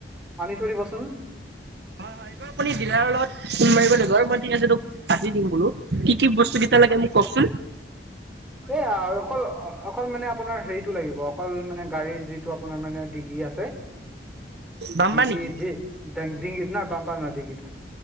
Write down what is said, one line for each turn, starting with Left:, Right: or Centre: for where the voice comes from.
Centre: আনি থৈ দিবচোন।
Right: হয় এইটো আপুনি ডিলাৰৰ লগত ফোন মাৰিব লাগিব, আৰু মই ঠিক আছে, তোক পাতি দিম বোলোঁ। কি কি বস্তু কেইটা লাগে মোক কওঁকচোন!
Centre: এইয়া আৰু অকল অকল মানে আপোনাৰ হেৰিটো লাগিব, অকল মানে গাড়ীৰ যিটো আপোনাৰ মানে ডিগি আছে।
Right: বাম্বা
Centre: ডিগি
Right: নেকি
Centre: দি, ড ডিগিতো ন বাম্পাৰ ন ডিগিতো।